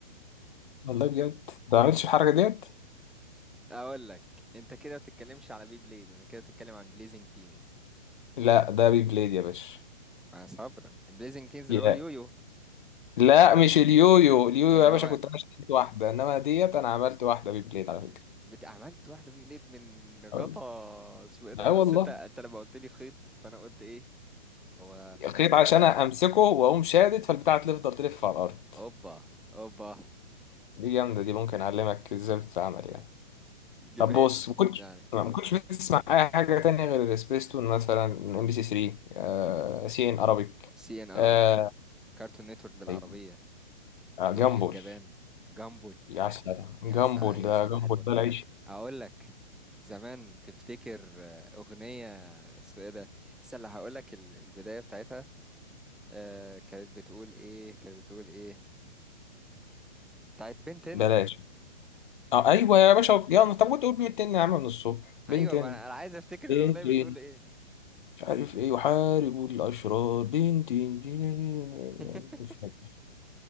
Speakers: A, on the left; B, in the centre.
A: والله بجد ما عملتش الحركه ديت
B: أقول لك أنت كده ما بتتكلمش على بي بلايد أنت كده بتتكلم عن بليزنج تينز
A: لا ده بي بليد يا باشا
B: مع صبرا بليزنج تينز اللي
A: يا
B: هو اليويو
A: لا مش اليويو اليويو
B: اللي
A: يا
B: هو
A: باشا كنت انا اشتريت واحده انما ديت انا عملت واحده بي بليد على فكره
B: بت- عملت واحدة بي بلايد من غطا
A: والله
B: اسمه ايه ده؟
A: اه والله
B: أصل أنت أنت لما قلت لي خيط فأنا قلت إيه هو
A: خيط عشان امسكه واقوم شادد فالبتاعه تفضل تلف على الارض
B: اوبا اوبا
A: دي جامده دي ممكن اعلمك ازاي بتتعمل يعني
B: ج-
A: طب
B: ماشي
A: بص ما كنتش
B: يعني
A: ما كنتش بتسمع اي حاجه تانية غير سبيستون مثلا ام بي سي 3 آه سي ان ارابيك
B: سي ان ارابيك
A: آه
B: كارتون نتورك بالعربية
A: أيوة، آه،
B: جورج
A: جامبول
B: الجبان جامبل
A: يا سلام
B: يا
A: جامبول
B: سا... يا
A: ده
B: صباح
A: جامبول
B: الفل
A: ده العيش
B: اقول لك زمان تفتكر آه، اغنية اسمه ايه ده استنى هقول لك ال- البداية بتاعتها آه كانت بتقول ايه كانت بتقول ايه بتاعت بنتن
A: بلاش اه ايوه يا باشا يلا طب كنت اقول بنتين يا عم من الصبح
B: ايوه
A: بنتين
B: ما انا أنا عايز افتكر
A: بنتين
B: الاغنية بتقول ايه
A: مش عارف ايه يحاربوا الاشرار بنتين بنتين.
B: <laughs>
A: مش فاكر